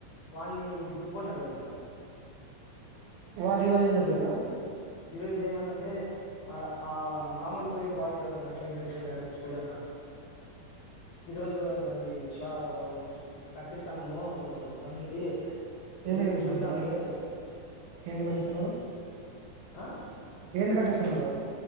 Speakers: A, on the left; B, on the right.
A: వాన్నీ దుబ్బో న్ని అడగాల
B: వాడు ఈ రోజు ఏం చెప్పలేదా
A: ఈ రోజు ఏమన అంటే ఆ ఆ మామూలు పోయే బాయి కాకుంన్నట్లే ఇంకొచోట యాడైన చూడు అ న్నాడు ఈ రోజు అది మాది ష ఉ ఇది కట్టిస్తాన్నాము కొంచెం పని ఉంది
B: ఏంది
A: రేపు
B: కటిత్నారంట
A: చూద్దాంలే
B: ఏంది కట్టిచనారు
A: ఆ
B: ఏంది కటిస్స నారు